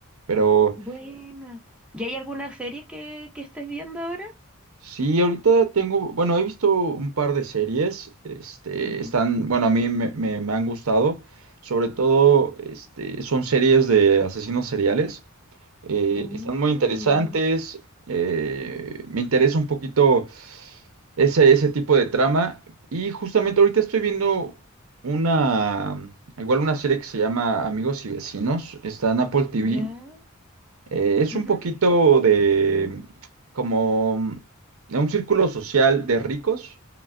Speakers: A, on the right (about 70°); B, in the centre.
A: Pero
B: Buena. ¿Y hay alguna serie que, que estés viendo ahora?
A: Sí, ahorita tengo, bueno, he visto un par de series, este,
B: Ujú.
A: están, bueno, a mí me, me- me han gustado, sobre todo, este, son series de asesinos seriales, eh,
B: Uh,
A: están muy interesantes, eh, me interesa un poquito ese, ese tipo de trama, y justamente ahorita estoy viendo una, igual una serie que se llama Amigos y Vecinos, está en Apple TV,
B: ujú, Ya.
A: eh, es
B: ujú,
A: un poquito de como un círculo social de ricos.